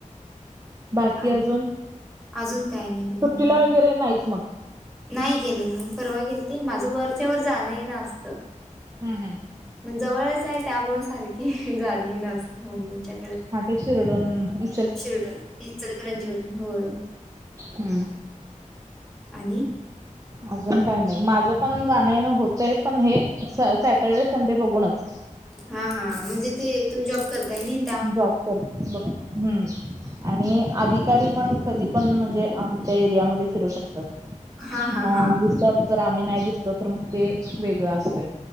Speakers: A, on the right; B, in the centre.
A: बाकी
B: आणि
A: अजून
B: अजून काय नाही बघा
A: सुट्टीला
B: निवांत
A: वगैरे नाहीच मग.
B: नाही गेले मी परवा गेलते माझं वरच्यावर जाणं येन अस
A: हा हा.
B: मग जवळच आहे त्यामुळे सारखी जान येण मम्मींच्या
A: हा तेे शिरढोण इ
B: शिरढोण इचलकरंजीवरून होय.
A: हम्म.
B: आणि.
A: अजून काही नाही माझं पण जाण येन होतंय पण हे. स सॅटर्डे संडे बघूनच.
B: हा हा म्हणजे ते तुम्ही जॉब करताय नाई.
A: जॉब कर बघून हम्म. आणि अधिकारी पण कधी पण म्हणजे आमच्या एरियामध्ये फिरू शकतात.
B: हा
A: मग
B: हा
A: ऑन
B: हा
A: द स्पॉट जर आम्ही नाही दिसलो तर मग ते वेगळं असतय.